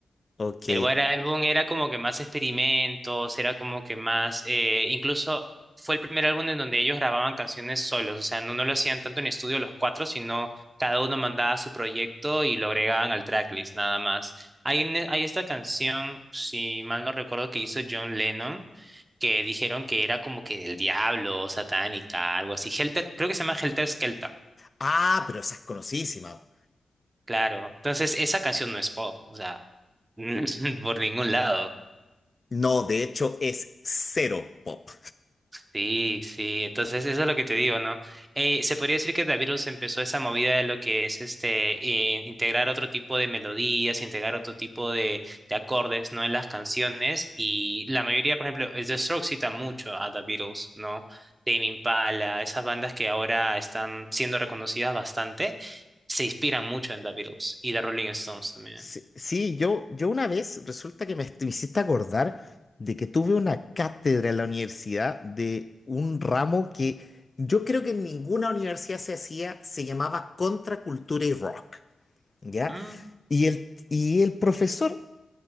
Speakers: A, on the left; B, on the right.
A: ok.
B: El White Album era como que más experimentos, era como que más, eh, incluso fue el primer álbum en donde ellos grababan canciones solos, o sea, no, no lo hacían tanto en estudio los cuatro, sino cada uno mandaba su proyecto y lo agregaban al tracklist nada más. Hay, un- hay esta canción, si mal no recuerdo, que hizo John Lennon, que dijeron que era como que del diablo, satánica, algo así. Helter, creo que se llama Helter Skelter,
A: Ah, pero esa es conocidísima.
B: claro. Entonces, esa canción no es pop, o sea, <laughs> por ningún lado.
A: No, de hecho es cero pop.
B: Sí, sí, entonces eso es lo que te digo, ¿no? Eh, se podría decir que The Beatles empezó esa movida de lo que es este eh, integrar otro tipo de melodías, integrar otro tipo de, de acordes, ¿no? En las canciones y la mayoría, por ejemplo, el The Strokes cita mucho a The Beatles, ¿no? Tame Impala, esas bandas que ahora están siendo reconocidas bastante, se inspiran mucho en The Beatles y The Rolling Stones también.
A: Sí, sí, yo, yo una vez resulta que me, est- me hiciste acordar de que tuve una cátedra en la universidad de un ramo que yo creo que en ninguna universidad se hacía, se llamaba Contracultura y Rock, ¿ya?
B: Mm,
A: Y el, y el profesor,